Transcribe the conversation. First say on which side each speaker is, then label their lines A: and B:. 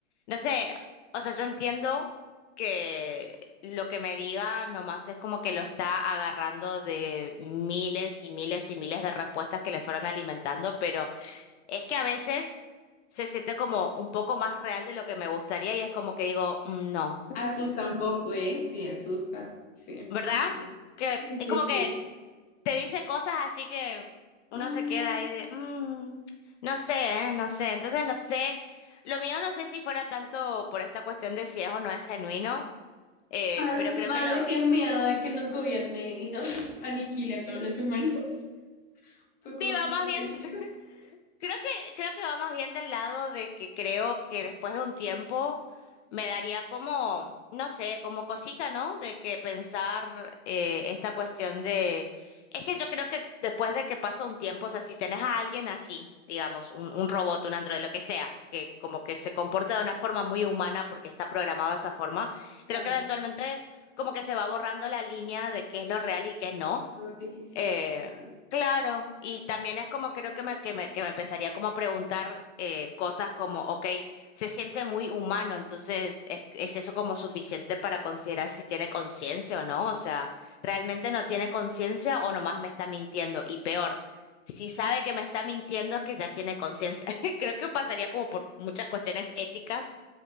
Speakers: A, on the left (about 60°); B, on the left (about 25°).
A: no sé, o sea, yo entiendo que lo que me diga nomás es como que lo está agarrando de miles y miles y miles de respuestas que le fueron alimentando, pero... Es que a veces se siente como un poco más real de lo que me gustaría y es como que digo, "Mm, no,
B: Asusta un poco, ¿eh? Sí, asusta, sí.
A: ¿verdad? Que
B: Sí,
A: es
B: sí,
A: como que
B: sí.
A: te dice cosas así que
B: Mm,
A: uno se queda ahí de, "Mm, no sé, eh, no sé. Entonces no sé, lo mío no sé si fuera tanto por esta cuestión de si es o no es genuino, eh,
B: más,
A: pero creo
B: más
A: que lo...
B: de que miedo de que nos gobierne y nos <laughs> aniquile a todos los humanos. <laughs> Un poco
A: Sí,
B: más
A: va
B: apocalíptico.
A: más bien <laughs> Creo que, creo que va más bien del lado de que creo que después de un tiempo me daría como, no sé, como cosita, ¿no? De que pensar eh, esta cuestión de... Es que yo creo que después de que pasa un tiempo, o sea, si tenés a alguien así, digamos, un, un robot, un androide, lo que sea, que como que se comporta de una forma muy humana porque está programado de esa forma,
B: Claro,
A: creo que eventualmente como que se va borrando la línea de qué es lo real y qué no.
B: lo artificial.
A: Eh,
B: total.
A: claro, y también es como creo que me, que me, que me empezaría como a preguntar eh, cosas como, ok, se siente muy humano, entonces ¿es, es eso como suficiente para considerar si tiene conciencia o no? O sea, ¿realmente no tiene conciencia o nomás me está mintiendo? Y peor, si sabe que me está mintiendo es que ya tiene conciencia. <laughs> Creo que pasaría como por muchas cuestiones éticas